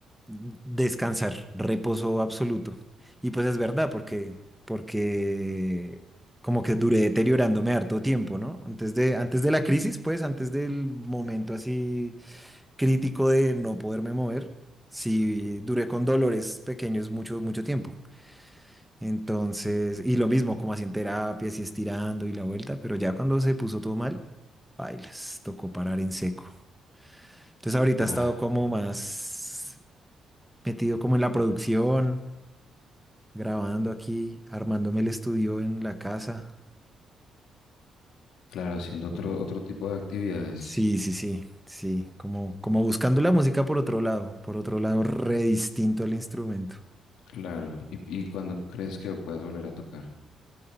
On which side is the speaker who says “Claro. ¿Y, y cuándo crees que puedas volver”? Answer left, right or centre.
Left